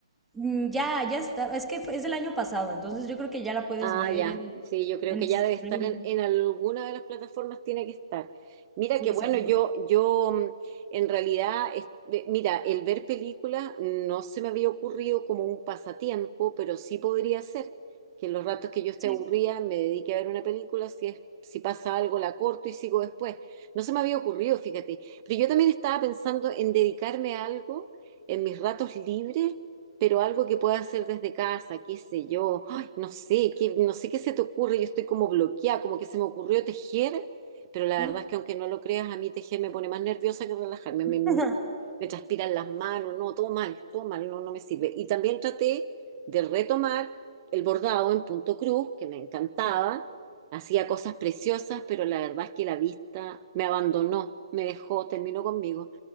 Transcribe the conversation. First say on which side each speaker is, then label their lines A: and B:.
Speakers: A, in the centre; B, on the right.
A: mm, ya, ya está. Es que fue- es del año pasado, entonces yo creo que ya la puedes
B: Ah,
A: ver
B: ya.
A: en,
B: Sí, yo creo
A: en
B: que
A: streaming.
B: ya debe estar en, en alguna de las plataformas, tiene que estar. Mira
A: Sí,
B: que bueno,
A: seguro.
B: yo, yo mm, en realidad, es- eh, mira, el ver películas no se me había ocurrido como un pasatiempo, pero sí podría ser que en los ratos que yo esté
A: Sí.
B: aburrida me dedique a ver una película, si es, si pasa algo la corto y sigo después. No se me había ocurrido, fíjate. Pero yo también estaba pensando en dedicarme a algo en mis ratos libres, pero algo que pueda hacer desde casa, qué sé yo. No sé, qué, no sé qué se te ocurre, yo estoy como bloqueada, como que se me ocurrió tejer, pero la
A: Ah,
B: verdad es que aunque no lo creas, a mí tejer me pone más nerviosa que relajarme, me,
A: <laughs>
B: me- me transpiran las manos, no, todo mal, todo mal, no, no me sirve. Y también traté de retomar el bordado en punto cruz, que me encantaba,
A: Sí.
B: hacía cosas preciosas, pero la verdad es que la vista me abandonó, me dejó, terminó conmigo.